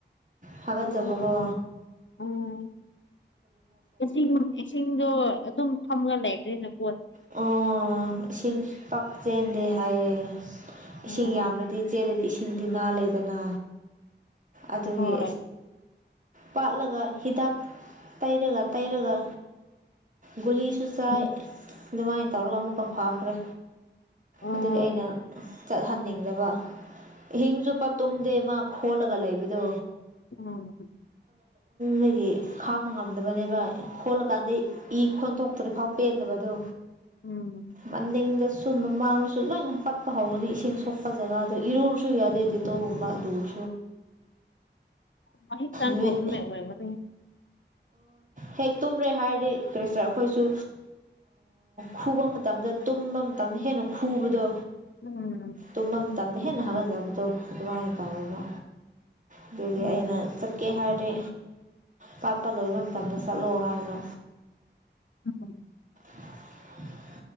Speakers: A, on the right; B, on the left.
A: ꯐꯀꯠ
B: ꯑꯣ
A: ꯆꯕꯒꯣ
B: ꯎꯝ ꯏꯁꯤꯡ ꯏꯁꯤꯡꯗꯣ ꯑꯗꯨꯝ ꯐꯝꯒ ꯂꯩꯕ꯭ꯔꯦ ꯅꯪ
A: ꯑꯣ ꯁꯤꯤꯡ ꯄꯛꯆꯦ ꯦ ꯍꯥꯏꯌꯦꯦ
B: ꯑꯣ
A: ꯏꯁꯤꯡ ꯌꯥꯝꯂꯗꯤ ꯆꯦꯜꯂꯗꯤ ꯏꯁꯤꯡꯗꯤ ꯅꯥ ꯂꯩꯗꯅ ꯑꯗꯨꯒꯤ
B: ꯍꯣꯏ
A: ꯄꯥꯠꯂꯒ ꯍꯤꯗꯥꯛ ꯇꯩꯔꯒ ꯇꯩꯔꯒ ꯒꯨꯂꯤꯁꯨ ꯆꯥꯏ
B: ꯎꯝ
A: ꯑꯗꯨꯃꯥꯏꯅ ꯇꯧꯔꯒ ꯑꯃꯨꯛꯀ ꯐꯈ꯭ꯔꯦ
B: ꯑꯣ
A: ꯑꯗꯨꯗꯤ ꯑꯩꯅ ꯆꯠꯍꯟꯅꯤꯡꯗꯕ ꯍꯤꯡꯁꯨ ꯄ ꯇꯨꯝꯗꯦ ꯃꯥ ꯈꯣꯜꯂꯒ ꯂꯩꯕꯗꯣ
B: ꯎꯝ
A: ꯃꯒꯤ ꯈꯥꯡꯕ ꯉꯝꯗꯕꯅꯦꯕ ꯈꯣꯠꯂꯀꯥꯟꯗ ꯏ ꯈꯣꯟꯊꯣꯛꯇ꯭ꯔꯤꯐꯥꯎ ꯄꯦꯟꯗꯕꯗꯣ
B: ꯎꯝ
A: ꯃꯅꯤꯡꯗ ꯁꯨꯝ ꯃꯃꯥꯡꯗꯁꯨ ꯂꯣꯏꯅ ꯍꯥꯀꯠꯄ ꯍꯧꯒꯅꯤ ꯏꯁꯤꯡ ꯁꯣꯛꯄ ꯖꯒꯥꯗꯣ ꯏꯔꯨꯔꯁꯨ ꯌꯥꯗꯦ ꯗꯦꯇꯣꯒꯨꯝꯕ ꯑꯗꯨꯒ
B: ꯋꯥ ꯆ
A: ꯅꯨꯃꯤꯠ
B: ꯃꯅꯤ
A: ꯍꯦꯛ ꯇꯨꯝꯔꯦ ꯍꯥꯏꯔꯗꯤ ꯀꯔꯤꯁꯦ ꯑꯩꯈꯣꯏꯁꯨ ꯈꯨꯕ ꯃꯇꯝꯗ ꯇꯨꯝꯕ ꯃꯇꯝꯗ ꯍꯦꯟꯅ ꯈꯨꯕꯗꯣ
B: ꯎꯝ
A: ꯇꯨꯝꯕ ꯇꯝꯅ ꯍꯦꯟꯅ ꯍꯜꯂꯖꯕꯗꯣ ꯑꯗꯨꯃꯥꯏꯅ ꯇꯧꯋꯦꯕ ꯑꯗꯨꯒꯤ
B: ꯎꯝ
A: ꯑꯩꯅ ꯆꯠꯀꯦ ꯍꯥꯏꯔꯗꯤ ꯄꯥꯠꯄ ꯂꯣꯏꯕ ꯃꯇꯝꯗ ꯆꯠꯂꯣ ꯍꯥꯏꯕꯣ
B: ꯎꯝ
A: <unintelligible>